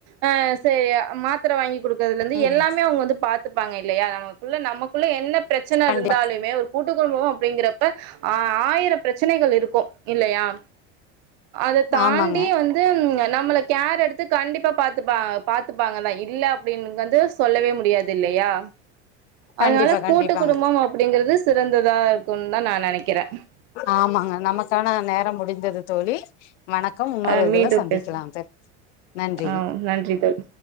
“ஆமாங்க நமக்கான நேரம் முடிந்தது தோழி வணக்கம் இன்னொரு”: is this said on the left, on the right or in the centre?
Left